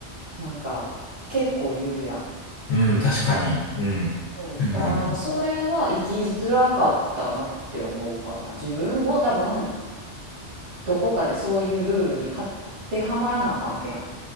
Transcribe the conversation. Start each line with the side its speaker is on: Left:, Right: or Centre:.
Right: なんか結構言うやん。
Left: うん。確かに。うん。
Right: そう、
Left: なる。
Right: だからなんかそれは生きづらかったなって思うかな。自分も多分どこかでそういうルールにはってはまらなあかんわけやん。